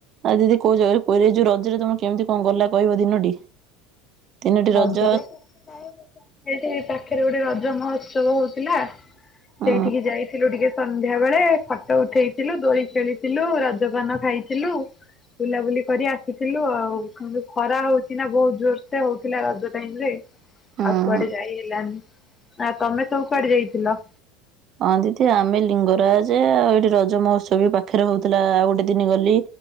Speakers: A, on the right; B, on the left.
A: ଆଉ ଦିଦି କୋଉ ଜାଗା ରେ ବୁଲିଯାଇଚୁ ଏ ଯୋଉ ରଜରେ ତମର କେମିତି କଣ ଗଲା କହିବ ଦିନଟି? ତିନୋଟି
B: ରଜରେ
A: ରଜ
B: କିଛି ନାଇଁ ଏଇ ପାଖରେ ଗୋଟେ ରଜ ମହୋତ୍ସବ ହଉଥିଲା
A: ହୁଁ
B: ସେଇଠିକି ଯାଇଥିଲୁ ଟିକେ ସନ୍ଧ୍ୟା ବେଳେ ଫଟୋ ଉଠେଇଥିଲୁ ଦୋଳି ଖେଳିଥିଲୁ ରଜପାନ ଖାଇଥିଲୁ। ବୁଲାବୁଲି କରି ଆସିଥିଲୁ ଆଉ ଯୋଉ ଖରା ହଉଛି ନା ବହୁତ୍ ଜୋର ସେ ହଉ ଥିଲା ରଜ ଟାଇମ୍ ରେ
A: ହୁଁ।
B: ଆଉ କୁଆଡେ ଯାଇ ହେଲାନି ଆ ତମେ ସବୁ କୁଆଡେ ଯାଇଥିଲ?
A: ହଁ ଦିଦି ଆମେ ଲିଙ୍ଗରାଜ ଆଉ ଏଇଠି ରଜ ମହୋତ୍ସବ ବି ପାଖରେ ହଉଥିଲା ଆଉ ଗୋଟେ ଦିନି ଗଲି।